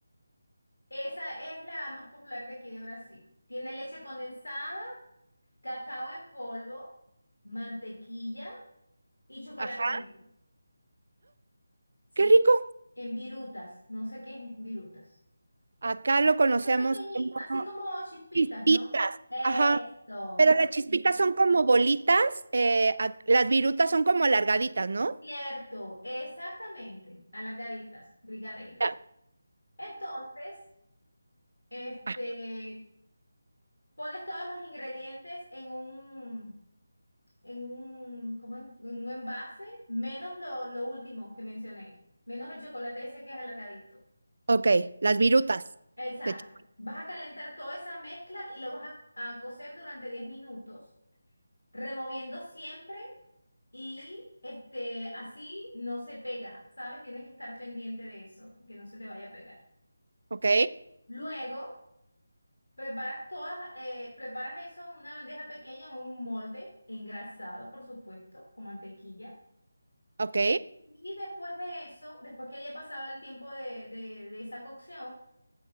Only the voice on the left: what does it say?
esa es la más popular de aquí de Brasil. Tiene leche condensada, cacao en polvo, mantequilla y chocolate
negro. Sí.
En virutas. No sé qué es virutas.
pequeñitas,
así como chispitas,
¿no? Esto,
chispitas.
Cierto, exactamente, alargaditas, brigadeiro.
Entonces, este,
pones todos los ingredientes en un, en un, ¿cómo es? En un envase, menos lo, lo último que mencioné, menos el chocolate ese que es alargadito.
Exacto.
Vas a calentar toda esa mezcla y lo vas a, a cocer durante 10 minutos, removiendo siempre Y este, así no se pega, ¿sabes? Tienes que estar pendiente de eso, que no se te vaya a pegar.
Luego, preparas todas, eh, preparas eso en una bandeja pequeña o en un molde, engrasado, por supuesto, con mantequilla.
Y después de eso, después que haya pasado el tiempo de, de, de esa cocción,